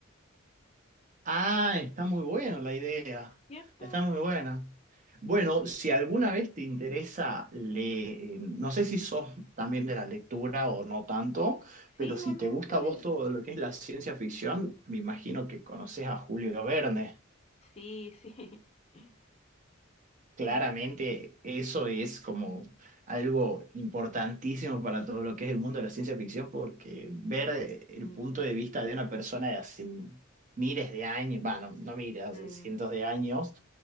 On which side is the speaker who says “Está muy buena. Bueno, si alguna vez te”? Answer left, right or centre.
Right